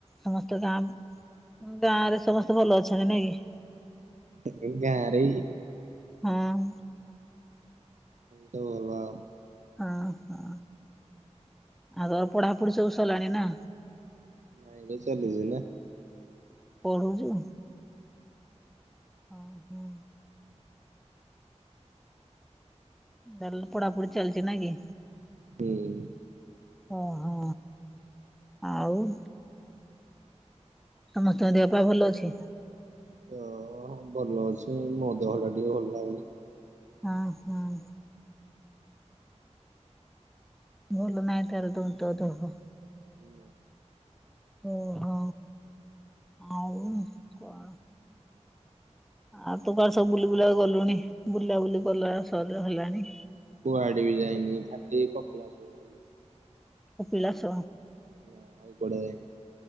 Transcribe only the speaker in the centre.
ସମସ୍ତ ଗାଁ ଗାଁ ରେ ସମସ୍ତେ ଭଲ ଅଛନ୍ତି ନାଇ କି।
ହଁ ଅଂ।
ହଁ ହ ଆଉ ଆଉ ପଢାପଢି ସବୁ ସଲାଣି ନା।
ପଢୁଚୁ? ଅ ହୁଁ। ତାହାଲେ ପଢାପଢ଼ି ଚାଲିଚି ନାଁଇକି।
ଓହୋ ଆଉ। ସମସ୍ତଙ୍କ ଦେହପା ଭଲ ଅଛି।
ହଁ ହଁ। ଭଲ ନାହିଁ ତାହେଲେ ତମ ତୋ ଦେହ।
ଓହୋ ଆଉ କଣ? ଆଉ ତୁ କୁଆଡେ ସବୁ ବୁଲି ବୁଲା ଗଲୁଣି ବୁଲା ବୁଲି କଲା ସହଜ ହେଲାଣି।
କପିଳାସ।